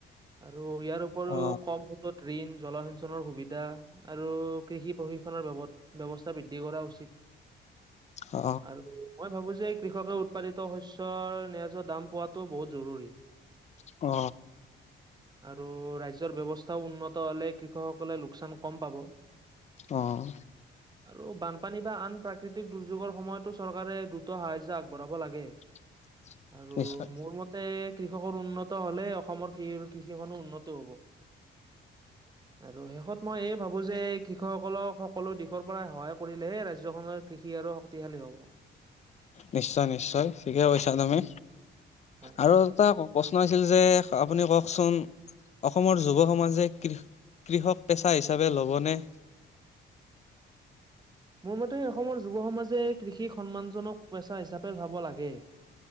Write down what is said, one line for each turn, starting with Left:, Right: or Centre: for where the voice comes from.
Right: আৰু আৰু ইয়াৰ উপৰিও
Left: অ
Right: কম সুদত ঋণ জলসিঞ্চনৰ সুবিধা আৰু কৃষি প্ৰশিক্ষণৰ বাবদ ব্যৱস্থা বৃদ্ধি কৰা উচিত,
Left: অ
Right: আৰু মই ভাবো যে কৃষকে উৎপাদিত শস্যৰ <unintelligible> দাম পোৱাটো বহুত জৰুৰী।
Left: অ।
Right: আৰু ৰাজ্যৰ ব্যৱস্থাও উন্নত হ'লে কৃষকসকলে লোকচান কম পাব।
Left: অহ।
Right: আৰু বানপানী বা আন প্ৰাকৃতিক দুৰ্যোগৰ সময়তো চৰকাৰে দ্ৰুত সাহায্য আগবঢ়াব লাগে।
Left: <inaudible>
Right: আৰু
Left: নিশ্চয়
Right: মোৰ মতে কৃষকৰ উন্নত হলেই অসমৰ কৃষিখনো উন্নত হ'ব। আৰু শেষত মই এই ভাবো যে কৃষকসকলক সকলো দিশৰ পৰা সহায় কৰিলেহে ৰাজ্যখনৰ কৃষি আৰু শক্তিশালী হ'ব।
Left: নিশ্চয় নিশ্চয় ঠিকে কৈছা তুমি,
Right: হয়,
Left: আৰু এটা প্ৰশ্ন আছিল যে আপুনি কওকচোন- অসমৰ যুৱ সমাজে কৃষক পেচা হিচাপে ল'বনে? <inaudible>
Right: মোৰ মতে অসমৰ যুৱ সমাজে কৃষি সন্মানজনক পেচা হিচাপে ভাব লাগে।